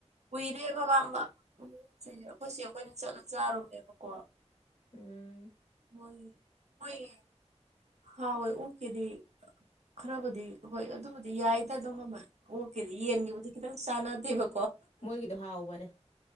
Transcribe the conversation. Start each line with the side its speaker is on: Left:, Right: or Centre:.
Right: ꯎꯨꯏꯔꯦꯕꯕꯥ ꯎ ꯑꯩꯈꯣꯏꯁꯤ ꯑꯩꯈꯣꯏꯅ ꯆꯠꯂ ꯆꯥꯔꯨꯔꯦꯕꯀꯣ
Left: ꯎꯝ
Right: ꯍꯣꯏꯌꯦ ꯍꯣꯏꯌꯦ ꯍꯥꯎꯋꯦ ꯑꯣꯛꯀꯤꯗꯤ ꯈꯔꯕꯨꯗꯤ ꯍꯣꯏ ꯑꯗꯨꯕꯨꯗꯤ ꯌꯥꯏꯗ ꯑꯗꯨꯝ ꯑꯃ ꯑꯣꯛꯀꯤꯗꯤ ꯌꯦꯟꯒꯤꯕꯨꯗꯤ ꯈꯤꯇꯪ ꯆꯥꯟꯅꯗꯦꯕ
Left: ꯃꯣꯏꯒꯤꯗꯣ ꯍꯥꯎꯕꯅꯦ